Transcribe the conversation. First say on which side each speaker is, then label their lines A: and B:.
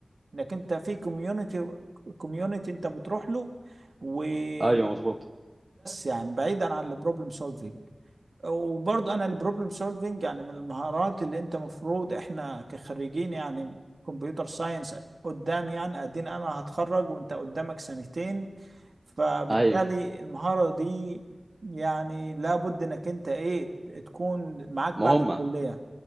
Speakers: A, on the right (about 70°); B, on the right (about 35°).
A: انك انت في كوميونتي كوميونتي انت بتروح له وبس
B: ايوه مظبوط
A: يعني بعيدا عن البروبلم سولفينج وبرضه انا البروبلم سولفنج يعني من المهارات اللي انت مفروض احنا كخريجين يعني كمبيوتر ساينس قدام يعني ادينا انا هتخرج وانت قدامك سنتين فبالتالي
B: ايوه
A: المهارة دي يعني لابد انك انت ايه تكون معاك
B: ما
A: بعد
B: هم
A: الكلية